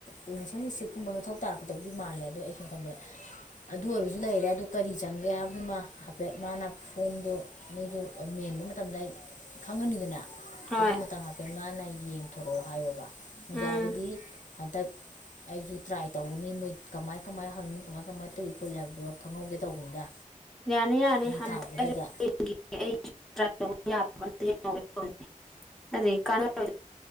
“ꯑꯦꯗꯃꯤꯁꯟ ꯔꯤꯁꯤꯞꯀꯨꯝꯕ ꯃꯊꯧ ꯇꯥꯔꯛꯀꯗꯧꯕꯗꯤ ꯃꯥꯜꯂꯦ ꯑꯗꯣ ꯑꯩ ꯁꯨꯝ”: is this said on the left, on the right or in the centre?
Left